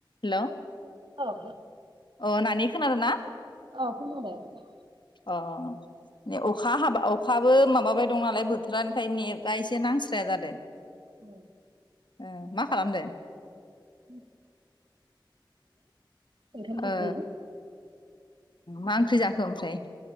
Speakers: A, on the left (about 65°); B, on the right (about 70°).
A: हेल'
B: औ
A: अ नानि खोनादों ना
B: औ खोनादों औ
A: अ ने अखा हाबा अखाबो माबाबाय दं नालाय बोथोरा ओंखायनो नेटा एसे नांस्राया जादों।
B: औ
A: ओ मा खालामदो?
B: <unintelligible> ओंखाम जाखांबाइ?
A: ओ मा ओंख्रि जाखो ओमफ्राय?